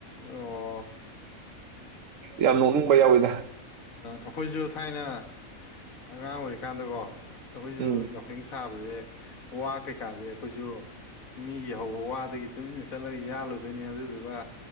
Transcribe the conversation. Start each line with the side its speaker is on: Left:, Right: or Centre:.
Left: ꯑꯣ <unintelligible>
Right: ꯌꯥꯝ ꯅꯣꯛꯅꯤꯡꯕ ꯌꯥꯎꯋꯤꯗ
Left: ꯑꯩꯈꯣꯏꯁꯨ ꯊꯥꯏꯅ ꯑꯉꯥꯡ ꯑꯣꯏꯔꯤꯀꯥꯟꯗꯀꯣ ꯑꯩꯈꯣꯏꯖꯨ
Right: ꯎꯝ
Left: ꯌꯥꯎꯁꯪ ꯁꯥꯕꯖꯦ ꯋꯥ ꯀꯩꯀꯥꯁꯦ ꯑꯩꯈꯣꯏꯁꯨ ꯃꯤꯒꯤ ꯍꯧꯕ ꯋꯥꯗꯒꯤ ꯇꯨꯃꯤꯟꯅ ꯆꯠꯂꯒ ꯌꯥꯜꯂꯨꯗꯣꯏꯅꯦ ꯑꯗꯨꯗꯨꯒ